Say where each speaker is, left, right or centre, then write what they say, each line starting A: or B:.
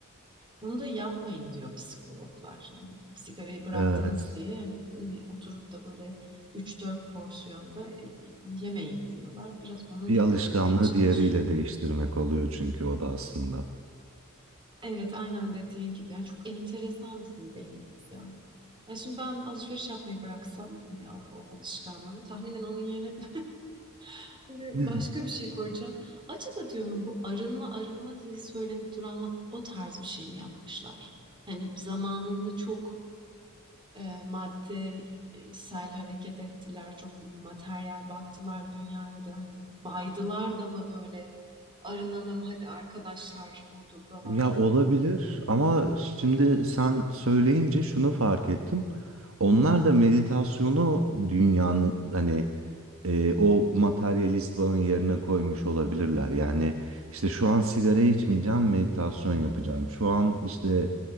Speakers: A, on the right; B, on the right.
A: Onu da yapmayın diyor psikologlar. Yani sigarayı bıraktınız
B: Evet.
A: diye yani hani oturup da böyle üç dört porsiyonda e, yemeyin diyorlar. Biraz ona
B: Bir
A: dikkat
B: alışkanlığı
A: etmeye çalışıyorum.
B: diğeriyle değiştirmek oluyor çünkü o da aslında.
A: Evet, aynen dediğin gibi. Yani çok enteresan bizim beynimiz ya. Yani şimdi ben alışveriş yapmayı bıraksam, hani al- o alışkanlığımı tahminen onun yerine <laughs> böyle
B: <laughs>
A: başka bir şey koyacağım. Acaba diyorum bu arınma arınma diye söylenip duranlar o tarz bir şey mi yapmışlar? Hani zamanında çok e, maddesel hareket ettiler, çok materyal baktılar dünyaya da hani baydılar da mı böyle arınalım hadi arkadaşlar modundalar.
B: Ya olabilir ama şimdi sen söyleyince şunu fark ettim. Onlar da meditasyonu dünyanın hani e, o materyalist bağın yerine koymuş olabilirler. Yani işte şu an sigara içmeyeceğim, meditasyon yapacağım. Şu an işte